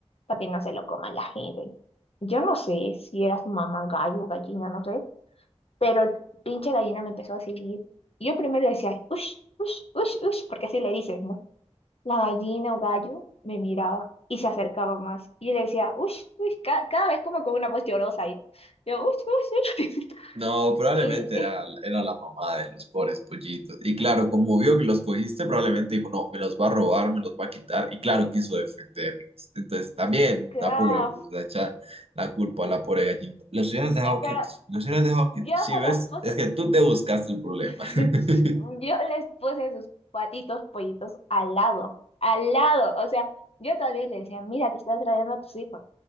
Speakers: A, on the left (about 60°); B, on the right (about 60°).
A: para que no se lo coma la gente. Yo no sé si era su mamá gallo, gallina, no sé, pero el pinche gallina me empezó a seguir. Yo primero le decía, ush, ush, ush, ush, porque así le dices, ¿no? la gallina o gallo me miraba y se acercaba más. Y yo le decía, ush, ush, ca- cada vez como con una voz llorosa. y Yo, ush, ush, ush. <laughs>
B: No, probablemente
A: Y, eh,
B: era, era la mamá de los pobres pollitos. Y claro, como vio que los cogiste, probablemente dijo, no, me los va a robar, me los va a quitar. Y claro, quiso defenderlos. Entonces también
A: ca-
B: tampoco le podemos echar la culpa a la pobre gallinita. Los hubieras dejado
A: pero
B: quietos, los hubieras dejado
A: yo
B: quietos. Sí,
A: se
B: ves,
A: los puse,
B: es que tú te buscaste el problema.
A: <laughs>
B: <laughs>
A: yo les puse sus patitos pollitos al lado, al lado. O sea, yo todavía le decía, mira, te estás trayendo a tus hijos.